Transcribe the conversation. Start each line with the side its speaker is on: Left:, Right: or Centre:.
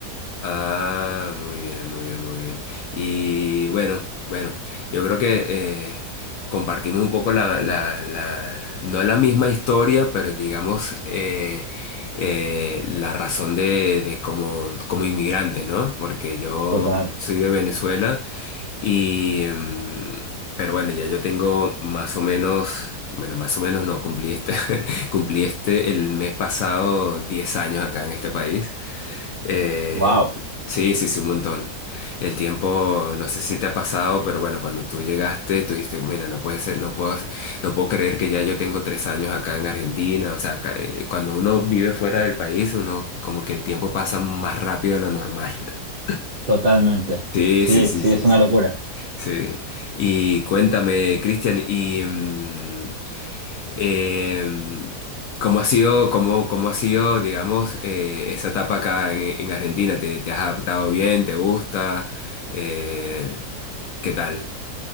Left: Ah, muy bien, muy bien, muy bien. Y bueno, bueno, yo creo que eh, compartimos un poco la, la, la- no la misma historia, pero digamos eh, eh, la razón de, de como, como inmigrante, ¿no? Porque yo
Right: Total.
Left: soy de Venezuela y, mm, pero bueno, ya yo tengo más o menos, bueno, más o menos no, cumplí este, <laughs> cumplí este el mes pasado 10 años acá en este país. Eh,
Right: Wow.
Left: Sí, sí, sí, un montón. El tiempo, no sé si te ha pasado, pero bueno, cuando tú llegaste, tú dijiste, mira, no puede ser, no puedo, no puedo creer que ya yo tengo tres años acá en Argentina. O sea, acá, eh, cuando uno vive fuera del país, uno como que el tiempo pasa más rápido de lo normal. <laughs>
Right: Totalmente.
Left: Sí,
Right: Sí,
Left: sí, sí,
Right: sí,
Left: sí,
Right: es una
Left: sí,
Right: locura.
Left: sí. Y cuéntame, Cristian, y mm, eh, ¿cómo ha sido, cómo, cómo ha sido, digamos, eh, esa etapa acá en, en Argentina? ¿Te, te has adaptado bien? ¿Te gusta? Eh, ¿qué tal?